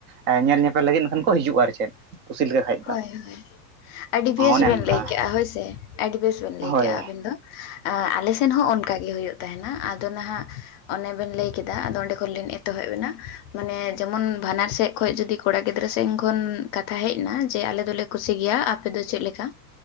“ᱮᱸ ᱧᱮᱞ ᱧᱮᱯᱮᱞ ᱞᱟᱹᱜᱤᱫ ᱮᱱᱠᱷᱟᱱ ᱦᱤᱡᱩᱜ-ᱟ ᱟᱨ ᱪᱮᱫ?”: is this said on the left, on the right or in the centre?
Right